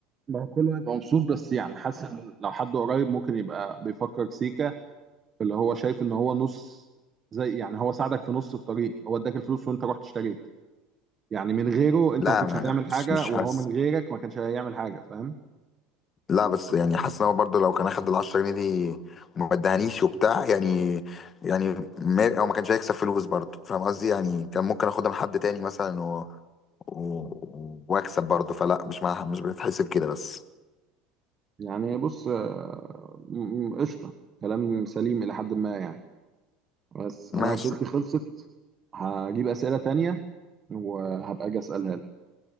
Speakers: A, on the right (about 35°); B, on the left (about 35°).
A: ما هو كله هيبقى مبسوط بس يعني حاسس إن لو حد قريب ممكن يبقى بيفكر سيكا اللي هو شايف ان هو نص زي يعني هو ساعدك في نص الطريق هو اداك الفلوس وانت رحت اشتريت يعني من غيره انت
B: لا
A: ما كنتش
B: ما-
A: هتعمل حاجة
B: مش مش
A: وهو
B: حاسس
A: من غيرك ما كانش هيعمل حاجة فاهم
B: لا بس يعني حاسس ان هو برضه لو كان اخد ال 10 جنيه دي وما ادهانيش وبتاع يعني يعني ما هو ما كانش هيكسب فلوس برضه فاهم قصدي يعني كان ممكن اخدها من حد تاني مثلا و... و... واكسب برضه فلا مش مع... مش بتحسب كده بس
A: يعني بص آه، م- م- قشطة كلام سليم إلى حد ما يعني بس
B: ماشي
A: أنا أسئلتي خلصت هجيب أسئلة تانية وهبقى أجي أسألها